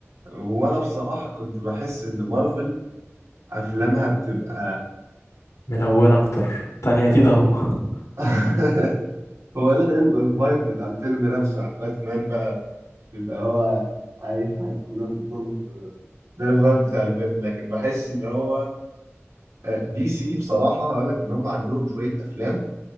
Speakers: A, on the right (about 85°); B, on the left (about 90°).
A: هو انا بصراحة كنت بحس ان مارفل افلامها بتبقى
B: ملون اكتر التانية دي
A: آه.
B: ضلمة
A: <laughs> هو ده غير بيبقى الفايب بتاع الفيلم نفسه يعني باتمان بقى بيبقى هو عايش حياته كلها في الضلمة ده الفايب بتاع الفيلم لكن بحس ان هو آه، دي سي بصراحة هقول لك ان هم عندهم شوية افلام